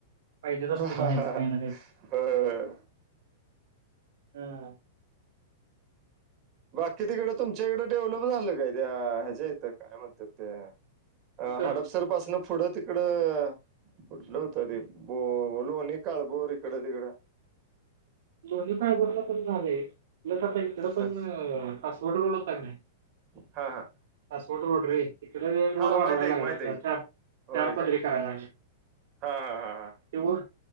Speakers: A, on the right; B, on the right.
A: पाहिजेच असते
B: होय
A: बाहेरच कायना काय
B: होय
A: तर, हम
B: बाकी तिकडे तुमच्या इकडे डेव्हलोप झालं काय त्या् ह्याच्या् ईथ काय म्हणतातत त्या
A: कुठं?
B: हडपसर पासून पुढं तिकडं कुठलं होतं ते बो लोलेकालबोर इकड तिकड
A: लोजी खा बत <unintelligible> पण झाले प्लस आता इकडं पण
B: हा
A: अस्वल रोड होता की नाही
B: हा हा
A: पासवड रोड रे ईकडे रोड
B: हा
A: वाढवायला
B: माहित आहे की माहित
A: लागल्यात
B: आहे की
A: चार
B: होय
A: चार पदरी
B: काय
A: करायला लागललेत
B: हा हा हा हा
A: त